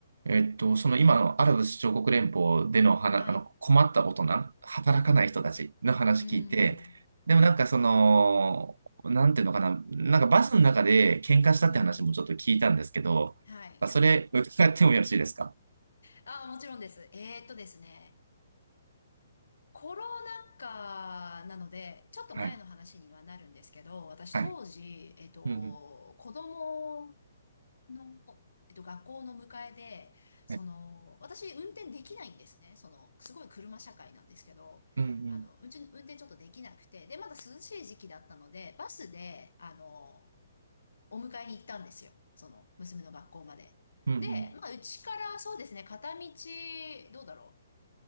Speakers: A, on the right (about 75°); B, on the left (about 80°).
A: えっと、その今のアラブ首長国連邦でのはな、
B: はい。
A: あの困った大人、働かない人たちの話聞いて、
B: うん、うん、うん。うん。
A: でもなんかその、
B: はい。
A: なんていうのかな、なんかバスの中で喧嘩したって話もちょっと聞いたんですけど、
B: うん、うん。はい。
A: なんかそれ伺ってもよろしいですか
B: ああ、もちろんです。えーっとですね。コロナ禍なので、ちょっと前の話にはなるんですけど、
A: はい。
B: 私当時、
A: はい。
B: えっと、
A: うんうん。
B: 子供の、えっと、学校の迎えで、その、
A: はい。
B: 私運転できないんですね。その、すごい車社会なんですけど、
A: うんうん。
B: あの、運転、運転ちょっとできなくて、で、まだ涼しい時期だったので、バスで、あの、お迎えに行ったんですよ。その、娘の学校まで。
A: うんうん。
B: で、まあ、うちからそうですね、片道、どうだろ